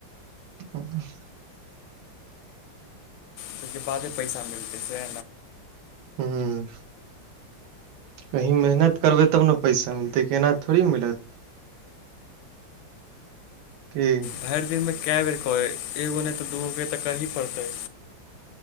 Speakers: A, on the right; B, on the left.
A: <unintelligible>
B: ओहिके बादे पैसा मिलतै से?
A: हूॅं कहीं मेहनत करबै तब ने पैसा मिलतै, के एना थोड़ी मिलत? की?
B: भरि दिनमे कए बेर कहै, एगो नहि तऽ दूगोके तऽ करहि पड़तै।